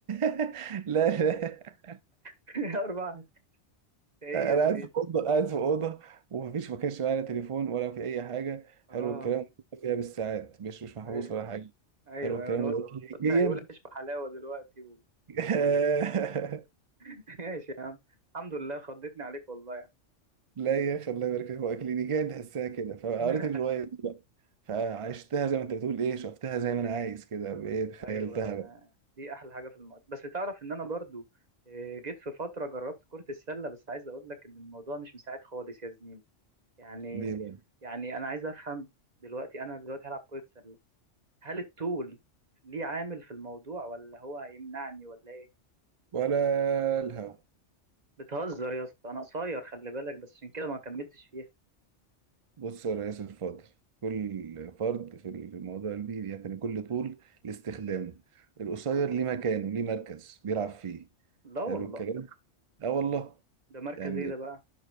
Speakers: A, on the right; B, on the right.
A: <laughs> لا
B: <laughs> أربعة إيه
A: لا
B: يا
A: أنا
B: زميلي
A: قاعد في أوضة قاعد في أوضة ومفيش ما كانش معايا لا تليفون ولا في أي حاجة حلو
B: أه
A: الكلام فيها بالساعات مش مش محبوس
B: أيوه
A: ولا حاجة
B: أيوه
A: حلو الكلام
B: أيوه أنا قلت
A: هو كلينيكيا
B: قلت هيقول عيش بحلاوة دلوقتي و...
A: <laughs>
B: <laughs> ماشي يا عم الحمد لله خضتني عليك والله يعني.
A: لا يا أخي الله يبارك فيك هو كلينيكيا تحسها كده فقريت
B: <laughs>
A: الرواية فعشتها زي ما انت بتقول ايه شفتها زي ما انا عايز كده بايه تخيلتها
B: أيوه
A: بقى
B: دي أحلى حاجة في الموضوع بس تعرف إن أنا برضو آه، جيت في فترة جربت كرة السلة بس عايز أقول لك إن الموضوع مش مساعد خالص يا زميلي يعني
A: بيه بقى
B: يعني أنا عايز أفهم دلوقتي أنا دلوقتي هلعب كرة سلة هل الطول ليه عامل في الموضوع ولا هو هيمنعني ولا إيه؟
A: ولا الهوى
B: بتهزر يا اسطى انا قصير خلي بالك بس عشان كده ما كملتش فيها
A: بص يا ريس الفاضل كل فرد في الموضوع دي يعني كل طول لاستخدامه القصير ليه مكانه ليه مركز بيلعب فيه
B: لا
A: حلو
B: والله
A: الكلام اه والله
B: ده مركز
A: يعني
B: ايه ده بقى